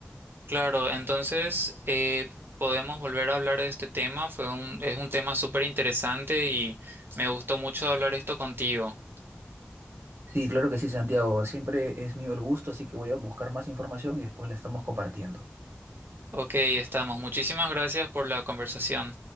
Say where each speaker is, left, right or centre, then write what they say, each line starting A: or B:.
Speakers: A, on the right; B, on the right.
A: Claro, entonces eh, podemos volver a hablar de este tema. Fue un, es un tema súper interesante y me gustó mucho hablar esto contigo.
B: Sí, claro que sí, Santiago. Siempre es mío el gusto, así que voy a buscar más información y después la estamos compartiendo.
A: Ok, estamos. Muchísimas gracias por la conversación.